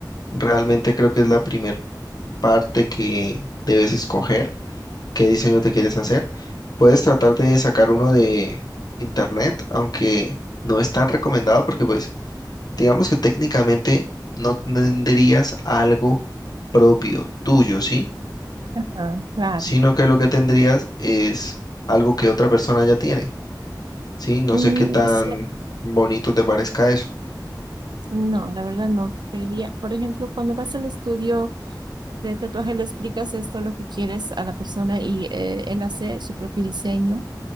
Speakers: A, on the left; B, on the right.
A: Realmente creo que es la primera parte que debes escoger, qué diseño te quieres hacer. Puedes tratar de sacar uno de internet, aunque no es tan recomendado porque pues digamos que técnicamente no tendrías algo propio tuyo, ¿sí?
B: Ah, claro.
A: sino que lo que tendrías es algo que otra persona ya tiene, ¿sí? No
B: mm,
A: sé qué tan
B: No sé.
A: bonito te parezca eso.
B: No, la verdad no. Preferiría, por ejemplo, cuando vas al estudio de tatuaje, le explicas esto, lo que quieres a la persona y eh, él hace su propio diseño